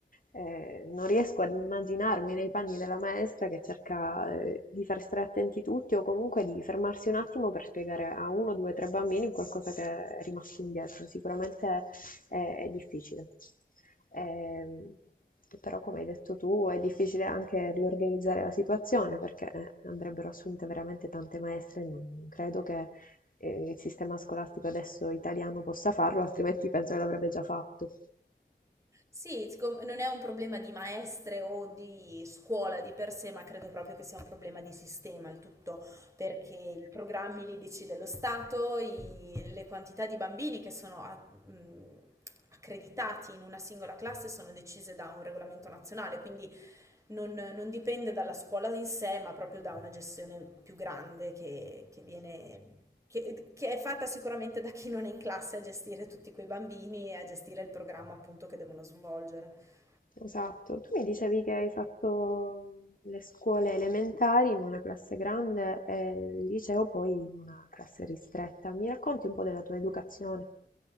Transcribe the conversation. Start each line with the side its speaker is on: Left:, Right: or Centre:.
Left: eh, non riesco ad immaginarmi nei panni della maestra che cerca eh, di far stare attenti tutti o comunque di fermarsi un attimo per spiegare a uno, due, tre bambini qualcosa che è rimasto indietro. Sicuramente è, è difficile. Ehm, però, come hai detto tu, è difficile anche riorganizzare la situazione perché eh, andrebbero assunte veramente tante maestre. Non, non credo che eh, il sistema scolastico adesso italiano possa farlo, altrimenti penso che l'avrebbe già fatto.
Right: Sì, siccome non è un problema di maestre o di scuola di per sé, ma credo proprio che sia un problema di sistema il tutto, perché i programmi li decide lo Stato, i- le quantità di bambini che sono a- mh, accreditati in una singola classe sono decise da un regolamento nazionale, quindi non, non dipende dalla scuola in sé, ma proprio da una gestione più grande che, che viene, che, che è fatta sicuramente da chi non è in classe a gestire tutti quei bambini e a gestire il programma appunto che devono svolgere.
Left: Esatto. Tu mi dicevi che hai fatto mh, le scuole elementari in una classe grande e il liceo poi in una classe ristretta. Mi racconti un po' della tua educazione?